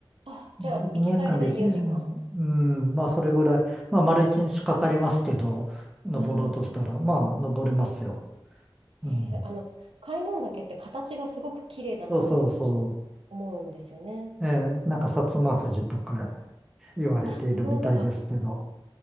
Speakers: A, on the right (about 90°); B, in the centre.
A: あ、
B: 2時間で、
A: じゃあ、行き帰りで4時間。
B: うんうん、まあそれぐらい、まあ丸一日かかりますけど、登ろうとしたら、
A: うん。
B: まあ登れますよ。うん。
A: えー、あの、開聞岳って形がすごく綺麗だなって私
B: そうそうそう。
A: 思うんですよね。
B: えーなんか薩摩富士とか言われているみたいですけど、
A: あ、そうだ。